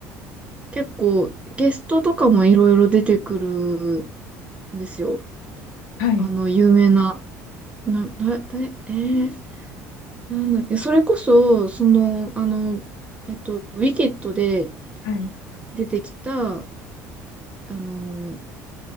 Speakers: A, on the right (about 15°); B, on the left (about 80°).
A: 結構ゲストとかもいろいろ出てくるんですよ。
B: う。はい。
A: あの、有名なな、だ、だ、えー、なんだっけ、それこそ、その、あの、えっと、ウィキッドで
B: はい
A: 出てきた、あの、